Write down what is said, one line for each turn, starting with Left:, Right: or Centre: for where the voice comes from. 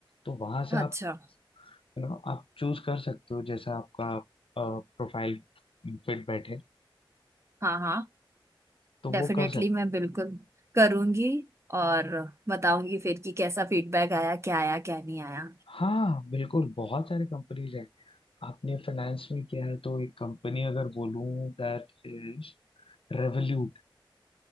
Left: तो वहां
Right: अच्छा
Left: से आप यू नो आप चूज कर सकते हो जैसा आपका प्रोफाइल फिट बैठे
Right: हाँ हाँ
Left: तो
Right: डेफिनेटली
Left: वो कर सकते
Right: मैं बिल्कुल करूंगी और बताऊंगी फिर कि कैसा फीडबैक आया क्या आया क्या नहीं आया
Left: हो। हाँ बिल्कुल बहुत सारे कंपनीज हैं आपने फाइनेंस में किया है तो एक कंपनी अगर बोलूं दैट इज रेवल्यूट